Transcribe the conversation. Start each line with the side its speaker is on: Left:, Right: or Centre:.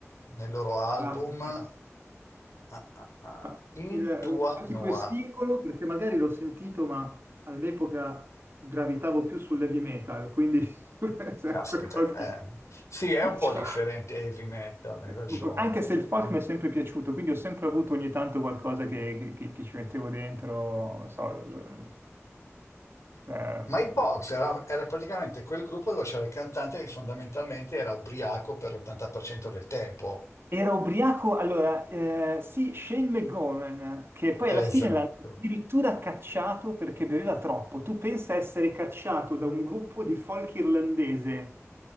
Left: nel loro album
Right: Ah, fantastico.
Left: Ah, ah, ah.
Right: Ma
Left: Intua
Right: il, so tipo
Left: Noa.
Right: il singolo, perché magari l'ho sentito, ma all'epoca gravitavo più sull'heavy metal, quindi <laughs> se
Left: Caspita,
Right: è qualcosa di...
Left: eh. Sì, è un po'
Right: cioè,
Left: differente heavy metal, hai ragione.
Right: un po'- Anche se il folk
Left: Mm.
Right: mi è sempre piaciuto, quindi ho sempre avuto ogni tanto qualcosa che, che- che- che ci mettevo dentro, non so, l- l- ehm,
Left: Ma i Pogs era, era praticamente quel gruppo dove c'era il cantante che fondamentalmente era ubriaco per l'80% del tempo.
Right: Era ubriaco, allora, eh, sì, Shane McGowan, che poi alla
Left: Esatto.
Right: fine l'hanno addirittura cacciato perché beveva troppo. Tu pensa essere cacciato da un gruppo di folk irlandese